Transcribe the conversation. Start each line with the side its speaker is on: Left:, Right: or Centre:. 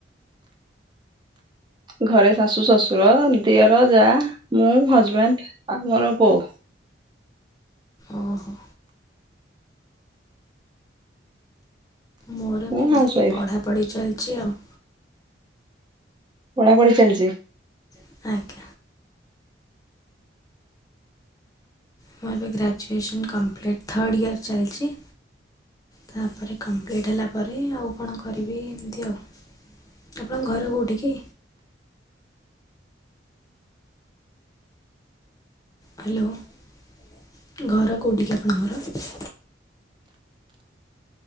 Right: ଘରେ ଶାଶୁ ଶଶୁର ଦିଅର ଯା ମୁଁ ହଜବେଣ୍ଡ ଆଉ ମୋର ବୋଉ।
Left: ଓହୋ। ମୋର ବି
Right: ମୁଁ
Left: ଏମିତି
Right: ହାଉସ ୱାଇଫ
Left: ପଢ଼ାପଢ଼ି ଚାଲିଛି ଆଉ।
Right: ପଢାପଢି ଚାଲିଛି?
Left: ଆଜ୍ଞା। ମୋର ଏବେ ଗ୍ରାଜୁଏସନ୍ କମ୍ପ୍ଲିଟ୍ ଥାର୍ଡ଼ ଇୟର୍ ଚାଲିଛି ତାପରେ କମ୍ପ୍ଲିଟ୍ ହେଲା ପରେ ଆଉ କଣ କରିବି ଏମିତି ଆଉ। ଆପଣଙ୍କ ଘର କେଉଠି କି? ହ୍ୟାଲୋ ଘର କୋଉଠି କି ଆପଣଙ୍କର।